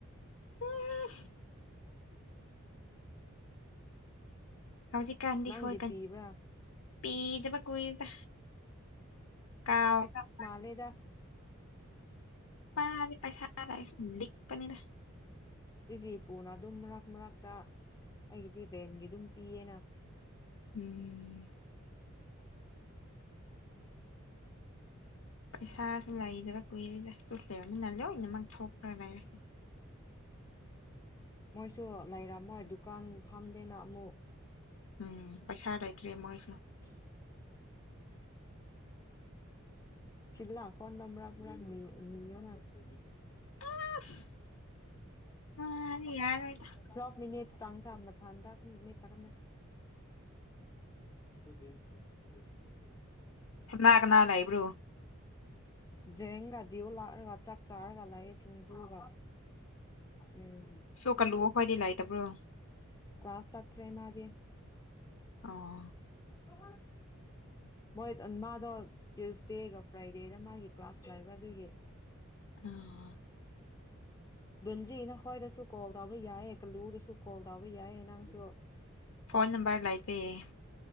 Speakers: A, on the left (about 70°); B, on the left (about 15°).
A: ꯎꯝ <inaudible> ꯍꯧꯖꯤꯛꯀꯥꯟꯗꯤ
B: ꯅꯪꯒꯤ
A: ꯍꯣꯏ
B: ꯄꯤꯕ꯭ꯔꯥ
A: <inaudible> ꯄꯤꯗꯕ ꯀꯨꯏꯗ ꯀꯥꯎꯒꯔꯥꯃꯥꯜꯂꯦ
B: ꯇꯥꯜꯂꯦꯗ
A: ꯄꯥꯗꯤ ꯄꯩꯁꯥꯒꯥꯏꯅ ꯂꯤꯛꯄꯅꯤꯗ
B: ꯇꯤꯖꯤꯄꯨꯅ ꯑꯗꯨꯝ ꯃꯔꯛ ꯃꯔꯛꯇ ꯑꯩꯒꯤꯗꯤ ꯔꯦꯟꯒꯤ ꯑꯗꯨꯝ ꯄꯤꯌꯦꯅ
A: ꯎꯝ ꯄꯩꯁꯥꯁꯨ ꯂꯩꯗꯕ ꯀꯨꯏꯔꯤꯗ ꯆꯨ ꯂꯩꯕꯅꯤꯅ ꯂꯣꯏꯅꯃꯛ ꯊꯣꯛꯈ꯭ꯔ ꯂꯩꯔꯦ
B: ꯃꯣꯏꯁꯨ ꯂꯩꯔꯝꯃꯣꯏ ꯗꯨꯀꯥꯟ ꯐꯥꯝꯗꯦꯅ ꯑꯃꯨꯛ
A: ꯎꯝ ꯄꯩꯁꯥ ꯂꯩꯇ꯭ꯔꯦ ꯃꯣꯏꯁꯨ
B: <inaudible> ꯁꯤ ꯂꯥꯛꯄꯒꯥꯟꯗ ꯃꯔꯛ ꯃꯔꯛ ꯅꯤꯌꯣ ꯍꯥꯢꯕꯅꯦ
A: ꯑꯁ ꯃꯗꯤ ꯌꯥꯔꯣꯏꯗ
B: ꯇꯐ ꯃꯤꯅꯤꯠ ꯇꯥꯡ ꯇ ꯃ ꯊꯥꯗ ꯃ ꯇꯝꯗ <inaudible> <inaudible>
A: ꯀꯅꯥ ꯀꯅꯥ ꯂꯩꯕ꯭ꯔꯣ
B: ꯖꯦꯡꯒ ꯗꯤꯌꯨ ꯂꯥꯛꯔꯒ ꯆꯥꯛ ꯆꯥꯔꯒ ꯂꯩꯑꯦ ꯁꯤꯡꯖꯨꯒ ꯎꯝ
A: ꯁꯣ ꯀꯜꯂꯨꯑꯣ ꯈꯣꯏꯗꯤ ꯂꯩꯇꯕ꯭ꯔꯣ
B: ꯀ꯭ꯂꯥꯁ ꯆꯠꯈ꯭ꯔꯦ ꯃꯥꯗꯤ
A: ꯑꯣ
B: <inaudible> ꯃꯣꯏ ꯃꯥꯗꯣ ꯇꯨꯏꯁꯗꯦꯒ ꯐ꯭ꯔꯥꯏꯗꯦꯒ ꯃꯥꯒꯤ ꯀ꯭ꯂꯥꯁ ꯂꯥꯏꯕ ꯑꯗꯨꯒꯤ
A: ꯑꯣ
B: ꯗꯦꯟꯖꯤ ꯅꯍꯣꯏꯗꯁꯨ ꯀꯣꯜ ꯇꯧꯕ ꯌꯥꯏꯌꯦ ꯀꯜꯂꯨꯗꯁꯨ ꯀꯣꯜ ꯇꯧꯕ ꯌꯥꯏꯌꯦ ꯅꯪꯁꯨ
A: ꯐꯣꯟ ꯅꯝꯕꯔ ꯂꯥꯏꯇꯌꯦ